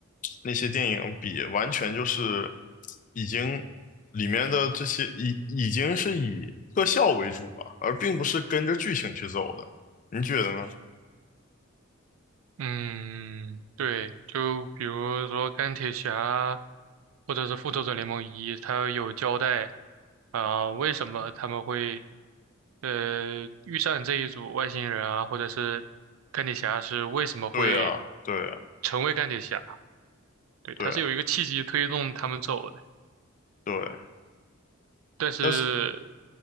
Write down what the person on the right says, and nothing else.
嗯，对，就比如说钢铁侠，或者是复仇者联盟一，它有交代啊，为什么他们会呃遇上这一组外星人啊，或者是钢铁侠是为什么会
成为钢铁侠？对，
它是有一个契机推动他们走的，
但是